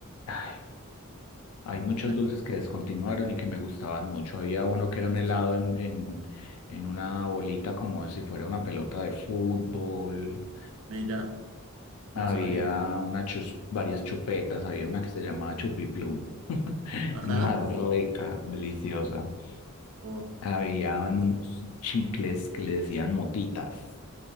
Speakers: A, on the left; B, on the right.
A: ay, hay muchos
B: Sí.
A: dulces que descontinuaron y que me gustaban mucho. Había uno que era un
B: sí.
A: helado en, en, en una bolita como si fuera una pelota de fútbol.
B: Mira, no
A: Había
B: sabía.
A: una chus- varias chupetas, había una que se llamaba Chupiplum, <laughs>
B: Ajá.
A: más rica, deliciosa.
B: Oh.
A: Había unos chicles que le decían motitas